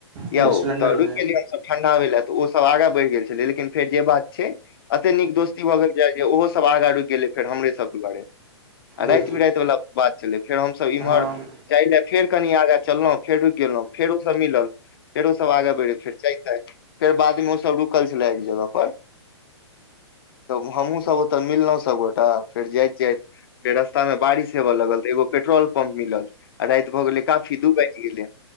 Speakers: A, on the right; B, on the left.
A: ह
B: या
A: सिलेंडरमे
B: तऽ रुकि गेलियै हम सब ठंडा होय लऽ तऽ ओ सब आगाँ बढ़ि गेल छलै लेकिन फेर जे बात छै एते नीक दोस्ती भऽ गेल जे ओहो सभ आगाँ रुकि गेलै फेर हमरे सभ द्वारे आ राइत
A: बुझ
B: बिराति वाला बात छलै फेर हम सभ इम्हर
A: हँ ह
B: जाइ लए फेर कनि आगाँ चललहुँ फेर रुकि गैलैं फेरो स मिलल फेरो ओ सभ आगे बढ़ि गेल फेर चाय ताय फेर बादमे ओ सब रुकल छलै एक जगह पर तऽ हमहूँ सब ओत मिललौं सभ गोटा फेर जाइत जाइत फेर रस्ता मे बारिश हेवय लगल तऽ एगो पेट्रोल पंप मिलल आ रात भऽ गेले काफी दू बाइज गेले